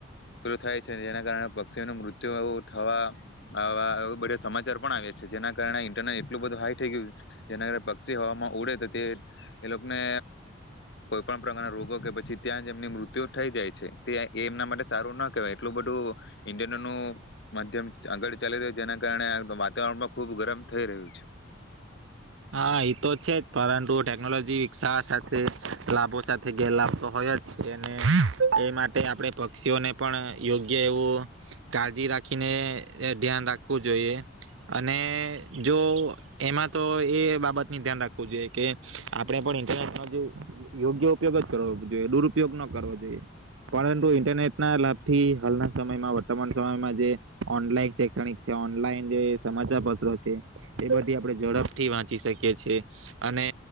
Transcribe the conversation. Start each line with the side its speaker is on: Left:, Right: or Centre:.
Left: પેલુ થાય છે જેના કારણે પક્ષીઓનું મૃત્યુ એ થવાવા એ બધ સમાચાર પણ આવે છે જેના કારણે ઇન્ટરનેટ એટલું બધું હાઈ થઈ ગયું જેના કાર પક્ષી હવામાં ઉડે તો તે એ લોકોને કોઈ પણ પ્રકારના રોગો કે પછી ત્યાંજ જેમની મૃત્યુ થઈ જાય છે તે એમના માટે સારું ના કહેવાય એટલું બધું ઇડનનું માધ્યમ આગળ ચાલી રહ્યું છે જેના કારણે વાતાવરણમાં ખૂબ ગરમ થઈ રહ્યું છે
Right: હા એ તો છે જ પરંતુ ટેકનોલોજી વિકસાવ સાથે લાભો સાથે ગેરલાભ તો હોય જ છે એ માટે આપણે પક્ષીઓને પણ યોગ્ય એવું કાળજી રાખીને ધ્યાન રાખવું જોઈએ અને જો એમાં તો એ બાબતની ધ્યાન રાખવું જોઈએ કે આપણે પણ ઇન્ટરનેટનો યોગ્ય ઉપયોગ જ કરવો જોઈએ દુરુપયોગ ન કરવો જોઈએ પરંતુ ઈન્ટરનેટ ના લાભથી હાલના સમયમાં વર્તમાન સમયમાં જે ઓનલાઈન શૈક્ષણિક છે ઓનલાઈન જે સમાચાર પત્રો છે એમાંથી આપણે ઝડપ થી વાંચી શકીએ છી અને